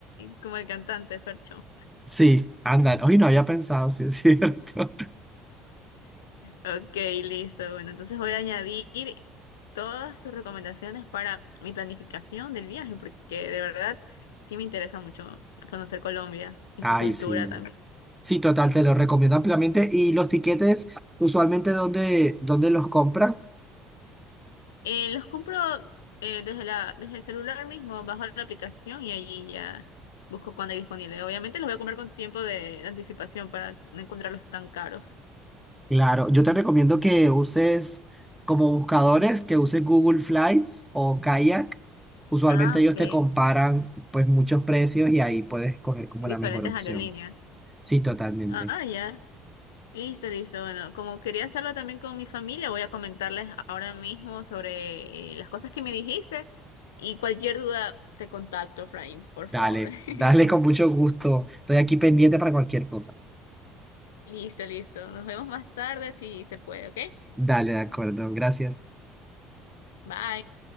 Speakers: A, on the left; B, in the centre.
A: como el cantante Fercho.
B: Sí, andan. Hoy no había pensado, <laughs> sí, es cierto.
A: Ok, listo. Bueno, entonces voy a añadir todas sus recomendaciones para mi planificación del viaje, porque de verdad sí me interesa mucho conocer Colombia
B: <laughs>
A: y
B: Ay,
A: su cultura
B: sí.
A: también.
B: Sí, total, te lo recomiendo ampliamente. ¿Y los tiquetes, usualmente, dónde, dónde los compras?
A: Eh, los compro eh, desde la, desde el celular mismo, bajo la aplicación y allí ya busco cuándo hay disponible. Obviamente los voy a comprar con tiempo de anticipación para no encontrarlos tan caros.
B: Claro, yo te recomiendo que uses como buscadores, que uses Google Flights o Kayak. Usualmente
A: Ah, ok.
B: ellos te comparan pues muchos precios y ahí puedes escoger como
A: Diferentes
B: la mejor opción.
A: aerolíneas.
B: Sí, totalmente.
A: Ah, ya. Listo, listo. Bueno, como quería hacerlo también con mi familia, voy a comentarles ahora mismo sobre eh, las cosas que me dijiste y cualquier duda te contacto, Fraim, por favor.
B: Dale,
A: <laughs>
B: <laughs> dale con mucho gusto. Estoy aquí pendiente para cualquier cosa.
A: Listo, listo. Nos vemos más tarde si se puede, ¿ok?
B: Dale, de acuerdo. Gracias.
A: Bye.